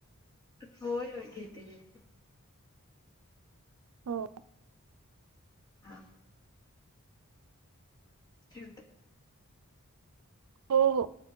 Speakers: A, on the left; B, on the right.
A: होय, होय, घेते, घेेते.
B: हो
A: हा. ठेवते.
B: हो हो.